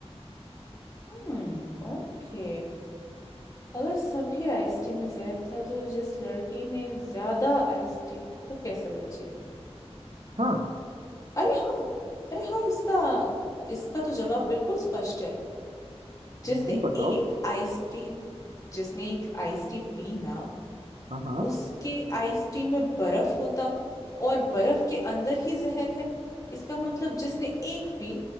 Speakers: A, on the left; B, on the right.
A: हम्म ओके अगर सभी आइस टी में जहर था तो जिस लड़की ने ज्यादा आइस टी पी वो कैसे बची
B: हाँ
A: अरे हाँ अरे हाँ इसका इसका तो जवाब बिल्कुल स्पष्ट है जिसने
B: हम्म, बताओ
A: एक आइस टी जिसने एक आइस टी पी ना
B: हाँ हाँ
A: उसके आइस टी में बर्फ होता और बर्फ के अंदर ही जहर है इसका मतलब जिसने एक पी